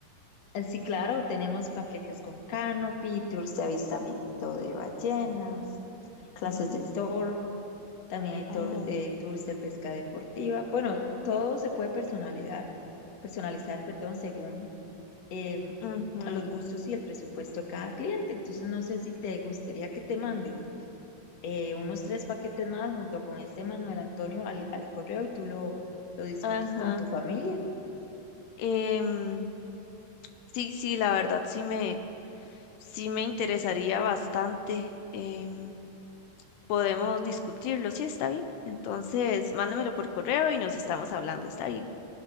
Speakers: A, on the left; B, on the left.
A: eh, sí, claro, tenemos paquetes con canopy, tours de avistamiento de ballenas, clases
B: Ujú.
A: de store, También hay tour-
B: Oh,
A: eh, tours de pesca deportiva. Bueno, todo se puede personalizar, personalizar, perdón, según eh,
B: ujú.
A: los gustos y el presupuesto de cada cliente. Entonces, no sé si te gustaría que te mande eh, unos tres paquetes más junto con este Manuel Antonio al, al correo y tú lo, lo discutes
B: Ajá.
A: con tu familia.
B: Em, sí, sí, la verdad sí me, sí me interesaría bastante. Em, podemos discutirlo, sí, está bien. Entonces, mándemelo por correo y nos estamos hablando, está bien.